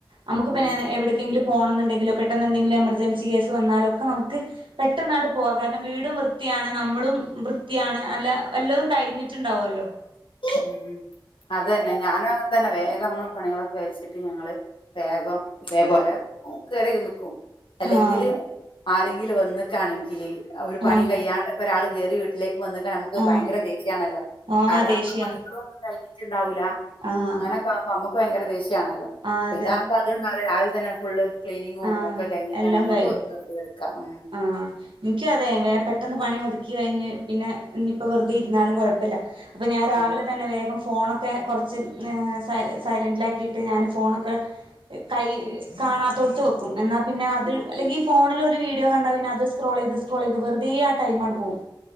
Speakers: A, on the right; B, on the left.
A: അമ്മക്ക്
B: ഉം
A: പ്പം എവിടെക്കെങ്കിലും പോണം എന്നുണ്ടെങ്കിലോ പെട്ടെന്ന് എന്തെങ്കിലും എമർജൻസി കേസ് വന്നാലോ ഒക്കെ നമുക്ക് പെട്ടെന്നാ- പോ കാരണം വീടും വൃത്തിയാണ് നമ്മളും വൃത്തിയാണ് അല്ല എല്ലതും കഴിഞ്ഞിട്ട് ണ്ടാവല്ലോ
B: ഉം അതന്നെ ഞാനും അങ്ങെ തന്നെ വേഗം പണികളെക്കെ വെച്ചിട്ട് ഞങ്ങള് വേഗം ഇതേപോലെ കയറി നക്കും അല്ലെങ്കില്
A: ആഹ്
B: ആരെങ്കിലും വന്നിക്കാണെങ്കില് ഒരു പണിയും
A: ആഹ്
B: കഴ്യാണ്ട്ക്കെ ഒരാൾ കയറി വീട്ടിലേക വന്നക്ക നമുക്ക്
A: ആഹ്
B: ഭയങ്കര ദേഷ്യാണല്ലോ
A: ആഹ്
B: കാരണം
A: ദേഷ്യ
B: നമ്മള് പണികളുംഒന്ന് കഴഞ്ഞ ണ്ടാവൂല്ല
A: ആഹ്
B: അങ്ങനെയൊക്കൊവുമ്പോ നമ്മക ഭയങ്കര ദേഷ്യ ആണല്ലോ
A: ആഹ്
B: ഇതാവുമ്പോ അത്ണ്ടാവല്ലേ രാ തന്നെ ഫുള്ള് ക്ലീനിങ്ങും
A: ആ
B: ഒക്കെ കഴിഞ്ഞിട്ടാണ്
A: എല്ലാം
B: നമ്മുക്ക്
A: കഴിയും
B: വെറുതെ എടുക്കാം ഉം
A: ആ എനിക്ക അതെ വേ പെട്ടെന്ന് പണിതു കഴിഞ്ഞ് പിന്നെ ഇപ്പ വെറുതെ ഇരുന്നാലും കുഴപ്പല്ല അപ്പ ഞാൻ രാവിലെ
B: ഉം
A: തന്ന വേഗം ഫോണൊക്കെ കൊറച്ച് സൈ സൈലന്റിലക്കിട്ട് ഞാന് ഫോണെക്ക് കൈ കാണത്തോ - ത് വോക്കും എന്നാൽ പിന്നെ അത്
B: ഉം
A: അല്ലെങ്കിൽ
B: ഉം
A: ഈ ഫോണിൽ ഒരു വീട് വീഡോ കണ്ടാ പിന്ന അത് സ്ക്രോൾ ചെയ്ത് സ്രോക്രോൾ ചെയ്ത് വെറതെ ആ ടൈം ആട്ട് പോവും